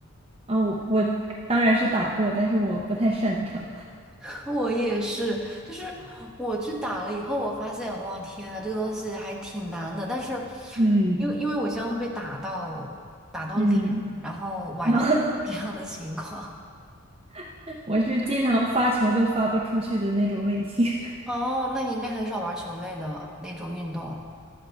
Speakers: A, on the right; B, in the centre.
A: 啊，我我当然是打过，但是我不太擅长。
B: <laughs> 我也是，就是我去打了以后，我发现哇天呐，这个东西还挺难的。但是
A: 嗯
B: 因为因为我经常会被打到打到脸，
A: 嗯
B: 然后崴到
A: 然后
B: <laughs> 这样的情况。
A: <laughs> 我是经常发球都发不出去的那种类型。<laughs>
B: 哦，那你应该很少玩球类的那种运动，